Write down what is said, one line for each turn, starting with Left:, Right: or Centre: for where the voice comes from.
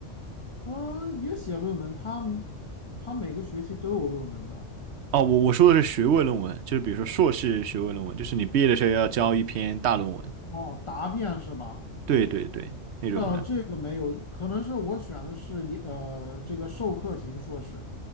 Left: 呃，也写论文，他他每个学期都有论文的。
Right: 哦，我我说的是学位论文，就是比如说硕士学位论文，就是你毕业的时候要交一篇大论文，
Left: 哦，答辩是吧？
Right: 对对对，那种的。
Left: 呃，这个没有，可能是我选的是研呃这个授课型硕士。